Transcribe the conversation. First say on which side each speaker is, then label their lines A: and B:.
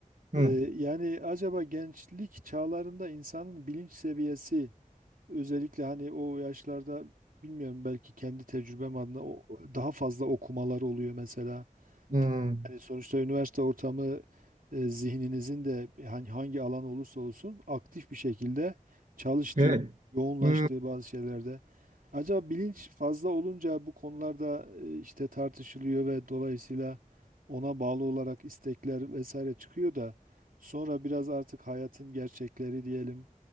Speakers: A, on the right; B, on the right.
A: Hı.
B: E, yani acaba gençlik çağlarında insanın bilinç seviyesi Özellikle hani o yaşlarda bilmiyorum belki kendi tecrübem adına o, daha fazla okumalar oluyor mesela.
A: Hı.
B: hani sonuçta üniversite ortamı e, zihninizin de hani hangi alan olursa olsun aktif bir şekilde çalıştığı,
A: Evet.
B: yoğunlaştığı
A: Hı.
B: bazı şeylerde. Acaba bilinç fazla olunca bu konularda e, işte tartışılıyor ve dolayısıyla ona bağlı olarak istekler vesaire çıkıyor da sonra biraz artık hayatın gerçekleri diyelim